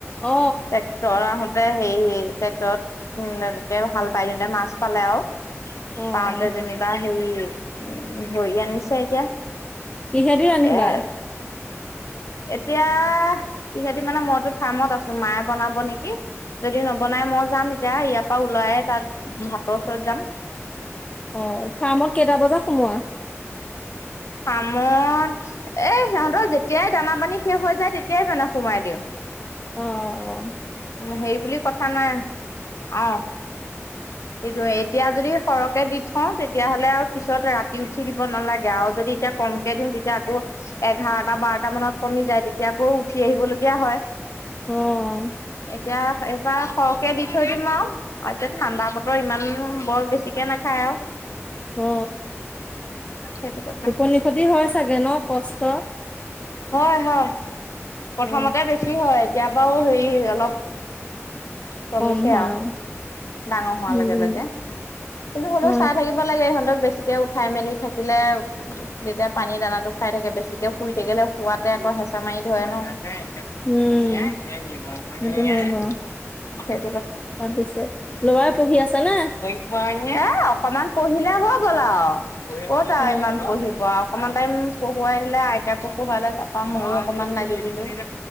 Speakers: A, on the left; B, on the left.
A: অ
B: টেক্টৰ আহোত তে সেই সেই টেক্টৰত উ তেওঁ হাল বাইদিওতে মাছ পালে আও।
A: অ অ
B: পাওঁতে
A: অ
B: যেনিবা হে উ ধৰি আনিছে এতিয়া।
A: কিহে দি ৰান্ধিবা?
B: এ এতিয়া কিহেদি মানে মইতো ফাৰ্মত আছোঁ। মায়ে বনাব নেকি? যদি নবনাই মই যাম এতিয়া ইয়াৰ পৰা ওলাই তাত ভাতৰ ওচৰত যাম।
A: অ ফাৰ্মত কেইটা বজাত সোমোৱা।
B: ফ্ৰামত এ সিহঁতৰ যেতিয়াই দানা পানী শেষ হৈ যায় তেতিয়াই দানা সোমাই দিওঁ।
A: অ অ অ
B: হেৰি বুলি কথা নাই অ এইটোৱে এইট এতিয়া যদি সৰহকৈ দি থওঁ তেতিয়া হ'লে আও পিছত ৰাতি উঠি দিব নালাগে আও যদি এতিয়া কমকে দিওঁ তেতিয়া আকৌ এঘাৰটা বাৰটা মানত কমি যায় তেতিয়া আকৌ উঠি আহিবলগীয়া হয়।
A: অ
B: এতিয়া এইবাৰ সৰহকে দি থৈ দিম আও এতিয়া ঠাণ্ডা বত- ত ইমান বৰ বেছিকে নাখায় আও।
A: অ
B: সেইটো কথা।
A: টোপনি খতি হয় চাগে ন কষ্ট
B: হয় হয় প্ৰথমতে
A: অ
B: বেছি হয়। তিয়া বাও হৰি অলপ কমিছে
A: কম হয়
B: আও
A: অ
B: ডাঙ- হোৱা
A: উম
B: লগে লগে কিন্তু হ'লেও
A: অ
B: চাই থাকিব লাগে ইহঁতক বেছিকে উঠাই মেলি থাক- দিলেও। তেতিয়া পানী দানাটো খাই থাকে বেছিকে শুই থাকিলে শুৱাতে আকৌ হেচা মাৰি ধৰে ন। <unintelligible>
A: উম সেইটো হয় বাৰু
B: সেইটো কথা
A: তাৰপিছত লৰাই পঢ়ি আছে না?
B: <unintelligible> এ অকমান পঢ়িলে হৈ গ'ল আও কত আৰু
A: অ
B: ইমান পঢ়িব আও। অকমান টাইম পঢ়োৱাই আইতাকো পঢ়ালে তা- ময়ো অকমান লাগি দিলো